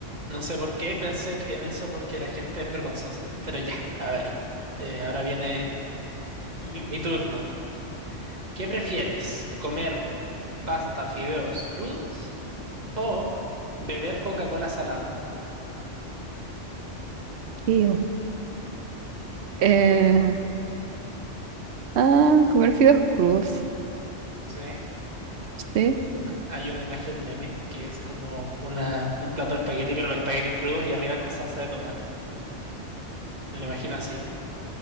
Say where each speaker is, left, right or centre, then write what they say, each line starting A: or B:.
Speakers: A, on the right (about 35°); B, on the right (about 65°).
A: No sé por qué pensé que- en eso porque la gente es vergonzosa. Pero ya, a ver. eh, ahora viene mi, mi turno. ¿Qué prefieres? ¿Comer pasta, fideos crudos o beber Coca-Cola salada?
B: Iu. Eh, ah, comer fideos crudos.
A: ¿Sí?
B: Sí.
A: Hay una imagen meme que es como una, un plato de espagueti, pero los espaguetis crudos y arriba con salsa de tomate. Me lo imagino así.